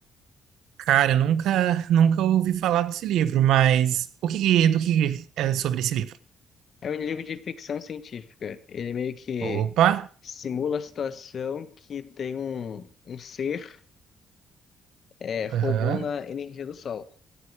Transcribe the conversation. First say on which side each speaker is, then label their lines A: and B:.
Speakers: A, on the right (about 80°); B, on the left (about 55°).
A: Cara, eu nunca, nunca ouvi falar desse livro, mas o que, que- do que que é sobre esse livro?
B: É um livro de ficção científica. Ele meio que
A: Opa,
B: simula a situação que tem um, um ser é, roubando
A: aham,
B: a energia do Sol.